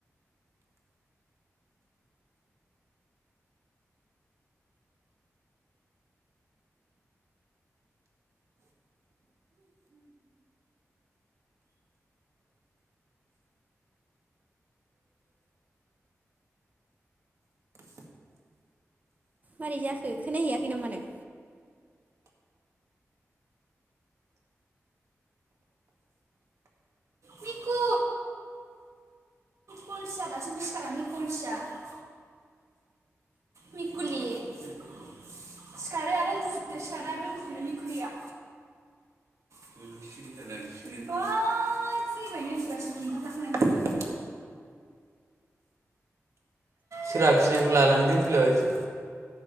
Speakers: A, on the right; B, on the right.
A: मारै जाखो खोनाहैयाखै नामा नों?
B: मिकु <inaudible> मिकुलि सिखारो आरो उन्दुफिनो सिखारो आरो उन्दुफिनो मेखुरैया। <inaudible> सोर आखिनायखौ लानानै दोनफैलाबायखो?